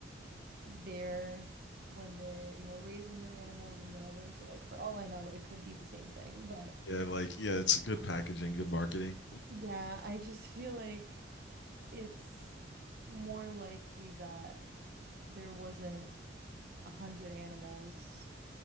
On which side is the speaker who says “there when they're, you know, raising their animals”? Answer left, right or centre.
Right